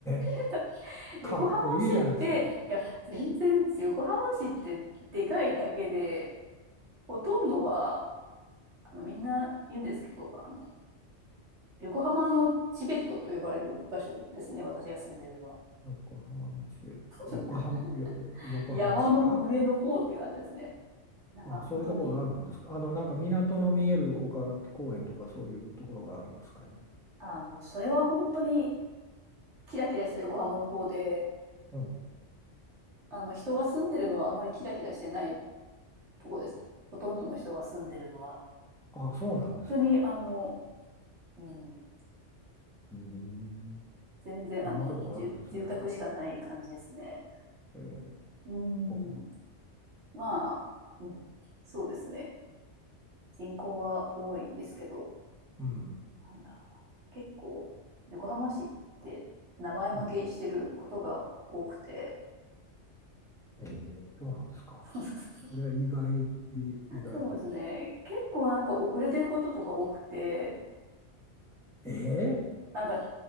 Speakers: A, in the centre; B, on the right.
A: え、
B: <laughs> 横浜市って、
A: かっこいいじゃないですか。
B: いや、全然、横浜市ってでかいだけで、ほとんどは、あの、みんな言うんですけど、あの、横浜のチベットと呼ばれる場所ですね、私が住んでるのは。
A: 横浜の地べ、横浜、
B: が
A: よ横浜市が、
B: 山の上の方って感じですね。なんか本当に、
A: あ、そういうところがあるんですか。あの、なんか港の見える丘公園とかそういうところがあるんですかね。
B: あの、それは本当にキラキラした横浜の方で
A: うん。
B: あの人が住んでるのはあまりキラキラしてないとこですほとんどの人が住んでるのは
A: あ、そうなんですか。
B: 本当にあの、うん、
A: うーん
B: 全然あの住住宅しかない感じですね
A: そんなとこがあるんですね。えー、
B: うん
A: そ
B: まあ、うん、そうですね人口は多いですけど
A: ううん、
B: なんだ結構横浜市って名前負けしてることが多くて
A: うん。えー、そうなんですか。
B: <laughs>
A: それは意外、意外。
B: そうですね結構なんか遅れてることとか多くて
A: え
B: なんかい